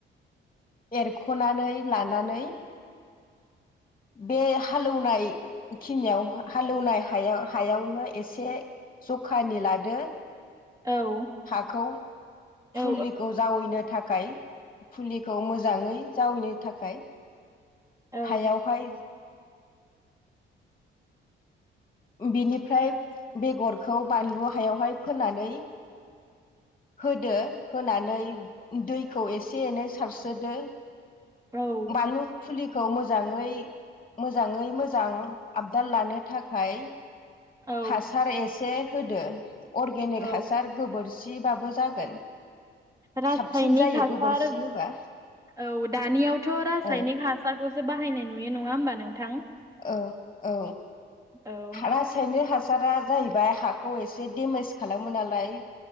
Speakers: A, on the left; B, on the right.
A: एरख'नानै लानानै बे हालौनाय खिनियाव हालौनाय हायाव हायावनो एसे जखानि लादो
B: औ औ
A: हाखौ
B: औ
A: फुलिखौ जावैनो थाखाय फुलिखौ मोजांङै जावैनो थाखाय।
B: औ
A: हायाव हाय बिनिफ्राय बेगरखौ बानलु हायावहाय फोनानै होदो होनानै दैखौ एसे एनै सारसोदो।
B: औ
A: बानलु फुलि खौ मोजांयै मोजांयै मोजां आबदाल लानो थाखाय
B: औ
A: हासार एसे होदो अरगेनिक
B: औ
A: हासार गोबोरसिबाबो जागोन
B: रासायनिक
A: साबसिन जायो
B: हासार
A: गोबोरखि होबा
B: औ दानियावथ' रासायनिक
A: औ
B: हास सारखौसो बाहायनाय नुयो नङा होमबा नोंथां।
A: औ औ
B: औ
A: रासायनिक हासारा जाहैबाय हाखौ एसे देमेज खालामो नालाय